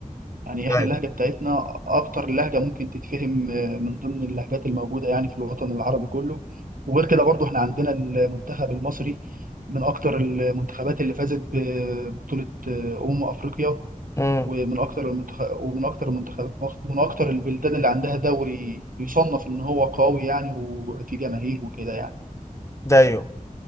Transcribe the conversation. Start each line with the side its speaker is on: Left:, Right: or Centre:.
Right: يعني احنا
Left: أيوة.
Right: اللهجة بتاعتنا اكتر لهجة ممكن تتفهم آه، من ضمن اللهجات الموجودة يعني في الوطن العربي كله وغير كده برضو احنا عندنا المنتخب المصري من اكتر المنتخبات اللي فازت ببطولة آه، امم افريقيا
Left: امم
Right: ومن اكتر المنتخب ومن اكتر المنتخب من اكتر البلدان اللي عندها دوري يصنف ان هو قوي يعني وفي جماهير وكده يعني
Left: ده ايوه